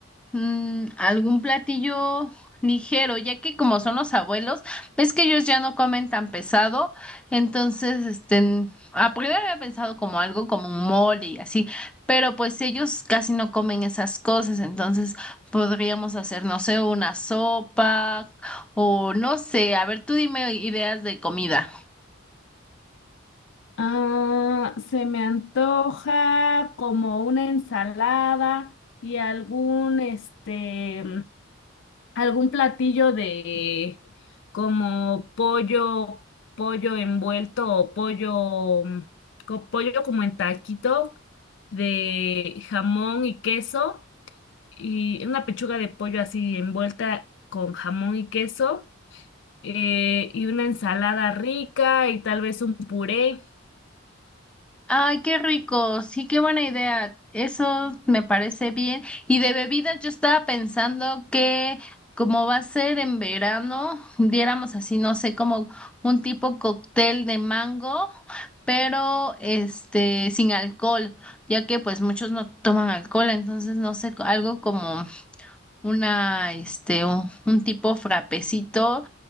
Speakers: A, in the centre; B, on the left.
A: Mm, algún platillo ligero, ya que como son los abuelos, ves que ellos ya no comen tan pesado, entonces, este, a primero había pensado como algo como un mole y así, pero pues ellos casi no comen esas cosas, entonces podríamos hacer, no sé, una sopa o no sé, a ver, tú dime ideas de comida.
B: Ah, se me antoja como una ensalada y algún este algún platillo de como pollo, pollo envuelto o pollo, mm, co- pollo como en taquito de jamón y queso y una pechuga de pollo así envuelta con jamón y queso eh, y una ensalada rica y tal vez un puré.
A: Ay, qué rico. Sí, qué buena idea. Eso me parece bien. Y de bebidas, yo estaba pensando que como va a ser en verano, diéramos así, no sé, como un tipo cóctel de mango, pero este sin alcohol, ya que pues muchos no toman alcohol, entonces no sé, co- algo como una este un, un tipo frapecito,